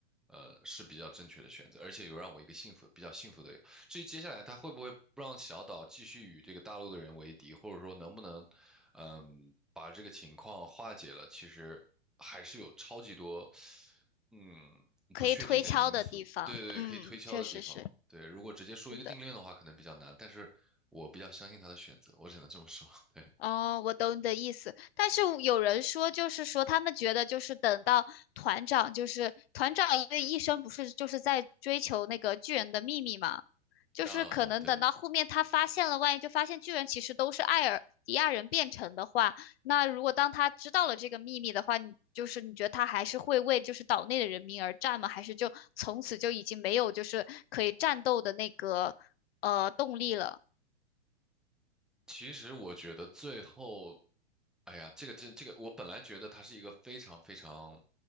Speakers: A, in the centre; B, on the left.
A: 呃，是比较正确的选择，而且有让我一个幸福，比较幸福的理由至于接下来他会不会让小岛继续与这个大陆的人为敌，或者说能不能，嗯，把这个情况化解了，其实还是有超级多。嗯，
B: 可以推敲的地方。
A: 不确定的因素，对对对，
B: 嗯，
A: 可以推敲的地方，
B: 确实是，
A: 对，如果直接说一个定论的话，
B: 是的。
A: 可能比较难，但是我比较相信他的选择，我只能这么说，<laughs> 对，
B: 哦，我懂你的意思，但是我有人说，就是说他们觉得，就是等到团长，就是团长，因为一生不是就是在追求那个巨人的秘密嘛，就是可能等到后面他发现了，
A: 啊，对，
B: 万一就发现巨人其实都是艾尔迪亚人变成的话，那如果当他知道了这个秘密的话，你就是你觉得他还是会为就是岛内的人民而战吗？还是就从此就已经没有就是可以战斗的那个呃动力了？
A: 其实我觉得最后，哎呀，这个这这个，我本来觉得他是一个非常非常，